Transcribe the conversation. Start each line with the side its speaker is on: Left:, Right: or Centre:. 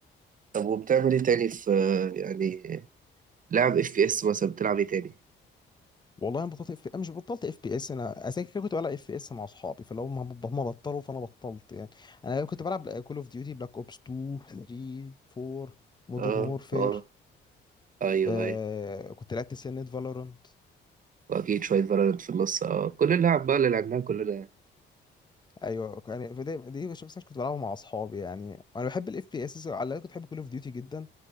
Right: طب وبتعمل ايه تاني في يعني لعب اف بي اس مثلا بتلعب ايه تاني
Left: والله انا بطلت اف انا مش بطلت اف بي اس انا اساسا كده كنت بلعب اف بي اس مع اصحابي فلو هم هم بطلوا فانا بطلت يعني انا كنت بلعب كول اوف ديوتي بلاك اوبس 2 3 4 مودرن
Right: اه
Left: وورفير
Right: اه ايوه
Left: آه
Right: ايوه
Left: كنت لعبت سنة فالورانت
Right: واكيد شويه فالورانت في النص اه كل اللعب بقى اللي لعبناها كلنا يعني
Left: ايوه يعني فدي دي دي مش بس كنت بلعبها مع اصحابي يعني انا بحب الاف بي اس على الأقل كنت بحب كول اوف ديوتي جدا